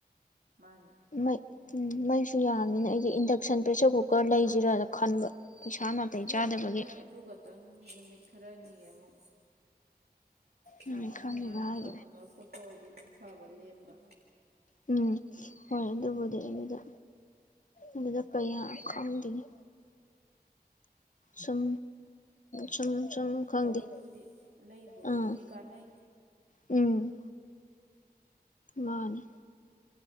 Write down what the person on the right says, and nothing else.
ꯃꯥꯅꯤ
ꯂꯩꯔꯨꯔꯥꯅꯨ
ꯍꯦ ꯑꯗꯨꯒꯇꯪ ꯅꯨꯃꯤꯠ ꯈꯔꯅꯤꯒꯤ ꯑꯃꯨꯛ ꯁꯥꯗꯨꯅ
ꯃꯌꯥꯝ
ꯐꯪꯕ ꯈꯣꯠꯄ ꯑꯣꯏ ꯂꯦꯝꯕ ꯐꯕ ꯂꯦꯝꯕ
ꯇꯕꯒꯤꯕꯨꯗꯤ ꯂꯩꯕꯕꯨꯗꯤ
ꯀꯥꯅꯩ